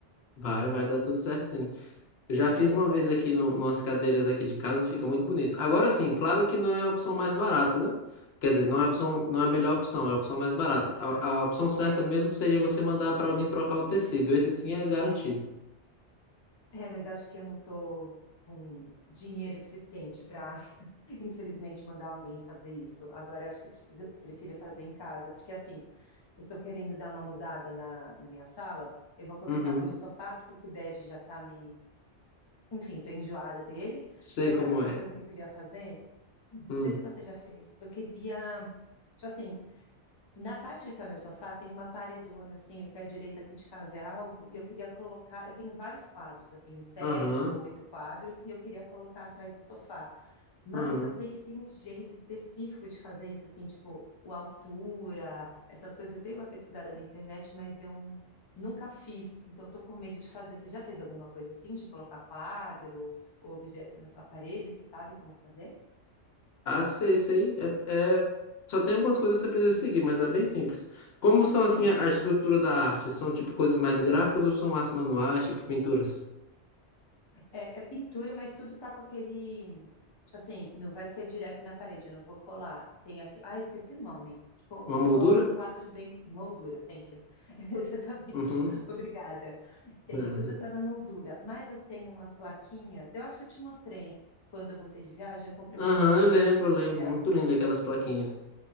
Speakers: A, on the left (about 65°); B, on the left (about 45°).
A: Vai, vai dar tudo certo, sim. Eu já
B: Beleza.
A: fiz uma vez aqui no, nas cadeiras aqui de casa, fica muito bonito. Agora
B: Ah,
A: sim, claro que não é a opção mais barata, né? Quer dizer, não é a opção, não é a melhor opção, é a opção mais barata. A,
B: ah.
A: a opção certa
B: É.
A: mesmo seria você mandar para alguém trocar o tecido. Esse sim é garantido.
B: É, mas acho que eu não tô com dinheiro suficiente para, <laughs> infelizmente, mandar alguém fazer isso. Agora, eu acho que eu preciso, eu prefiro fazer em casa, porque assim, eu tô querendo dar uma mudada na, na minha sala. Eu vou começar
A: Uhum.
B: pelo sofá, porque esse bege já tá me. Enfim, tô enjoada dele.
A: Sei
B: Mas
A: como
B: sabe outra
A: é.
B: coisa que eu queria fazer? Não
A: Hum.
B: sei se você já fez. Eu queria, tipo assim, na parte que tá meu sofá, tem uma paredona, assim, o pé direito aqui de casa é alto, e eu queria colocar. Eu tenho vários quadros, assim, uns sete,
A: Aham.
B: oito quadros, e eu queria colocar atrás do sofá. Mas
A: Aham.
B: eu sei que tem um jeito específico de fazer isso, assim, tipo, o altura, essas coisas. Eu tenho uma pesquisada na internet, mas eu nunca fiz, então eu tô com medo de fazer. Você já fez alguma coisa assim, de colocar quadro ou objeto na sua parede? Você sabe como fazer?
A: Ah, sei, sei. É, é- Só tem algumas coisas que você precisa seguir, mas é bem simples. Como são, assim,
B: Hum.
A: a a estrutura da arte? São, tipo, coisas mais gráficas ou são mais manuais, tipo pinturas?
B: É, é pintura, mas tudo tá com aquele. Tipo assim, não vai ser direto na parede, eu não vou colar. Tem aqui. Ah, eu esqueci o nome. Tipo,
A: Uma
B: você
A: moldura?
B: coloca o quadro de moldura, thank you. <laughs> Exatamente.
A: Uhum,
B: Obrigada. Tem-
A: nada.
B: tudo tá na moldura. Mas eu tenho umas plaquinhas. Eu acho que eu te mostrei quando eu voltei de viagem. Eu comprei
A: Aham,
B: uma plaquinha
A: eu lembro,
B: de madeira
A: eu lembro. Muito lindo aquelas plaquinhas.